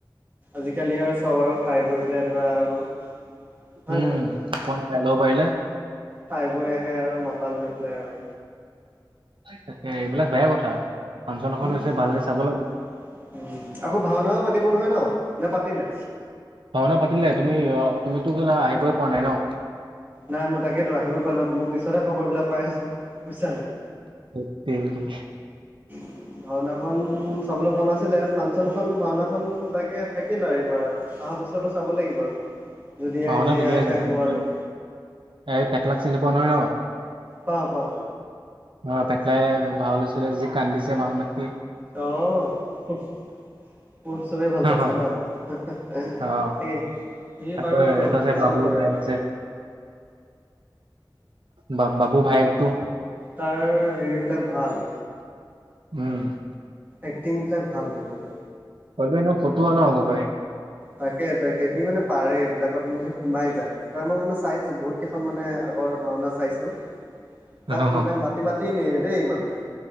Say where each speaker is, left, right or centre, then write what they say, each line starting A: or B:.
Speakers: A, on the right; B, on the right.
A: আজিকালি আৰু চব আৰু খাই বৈ পেলাই ধৰা আৰু হয়
B: উম,
A: নহয়
B: অকমান খাই লব পাৰিলে।
A: তাই বৈ আহে আৰু মাতাল হৈ পেলাই আৰু।
B: তাকে এইবিলাক বেয়া কথা। ফাংচন এখন
A: উম-উম
B: হৈছে ভালকে চাব লাগে।
A: আকৌ ভাওনাও পাতিব নহয় ন' নে পাতিলে?
B: ভাওনা পাতিলে তুমি তুমিটো কেলা আহিবৈ পৱা নাই ন! !!!
A: নাই মই তাকেতো আহিবও পাৰা নাই মোৰ পিছতেহ খবৰবিলাক পাই আছোঁ বুইছা নে নাই?
B: এত তেৰি
A: <unintelligible> ভাওনাখন চাবলৈ মন আছিলে ফাংচন খন ভাওনাখন তাকে থাকিল আৰু এইবাৰ আহা বছৰ <unintelligible> চাব লাগিব আৰু যদি
B: ভাওনা
A: এ জীয়াই
B: ধুনীয়া হৈছে
A: থাকো
B: ভাওনা ধুনীয়া
A: আৰু।
B: হৈছে। এই পেটলাক চিনি পোৱা নহয় ন?
A: পাওঁ- পাওঁ
B: অহ, পেটলাই ভাও লৈছিলে যি কান্দিছে ভাও <unintelligible>
A: অ', <unintelligible> মোৰ চবেই ভাল
B: অ
A: পাইছে
B: অ,
A: ন'
B: অ।
A: তাকে। সি
B: আকৌ
A: বাৰু
B: এটা যে
A: ভাল
B: বাবুৰ
A: কৰে
B: ভায়েক
A: বাৰু।
B: যে বা -বাবু ভায়েকটো
A: তাৰ হেৰিবিলাক ভাল।
B: উম,
A: এক্টিংবিলাক ভাল হয় মানে তাৰ।
B: তই তো এনু ফতোৱা ন' আগৰ পাই।
A: তাকে -তাকে সি মানে পাৰে এইবিলাকত মানে সি সোমাই যায় তাৰ মই মানে চাইছো বহুত কেইখন মানে আগৰ ভাওনা চাইছোঁ
B: অহ,
A: তাক
B: অহ।
A: মানে মাতি- মাতি নিয়ে দেই মানুহে